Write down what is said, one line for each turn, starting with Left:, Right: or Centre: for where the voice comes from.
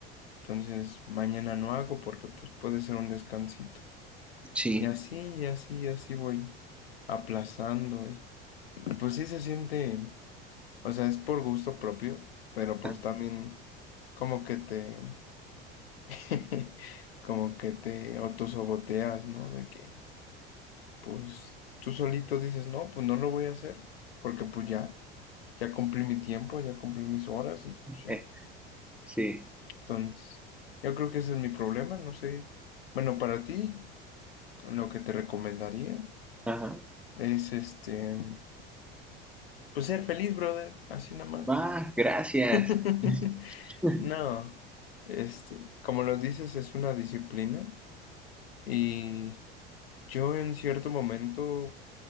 Left: Entonces, mañana no hago porque pues puede ser un descansito.
Centre: Sí.
Left: Y así, y así, y así voy aplazando. Y, y, pues sí se siente, o sea, es por gusto propio, pero pues
Centre: Ah,
Left: también como que te, <laughs> como que te autosaboteas, ¿no? De que pues tú solito dices, no, pues no lo voy a hacer porque pues ya, ya cumplí mi tiempo, ya cumplí mis horas y pues ya.
Centre: eh, sí.
Left: Entonces, yo creo que ese es mi problema, no sé. Bueno, para ti. Lo que te recomendaría
Centre: Ajá.
Left: es este, pues ser feliz, brother, así nomás.
Centre: Va, gracias.
Left: <laughs>
Centre: <laughs>
Left: No, este, como lo dices, es una disciplina y yo en cierto momento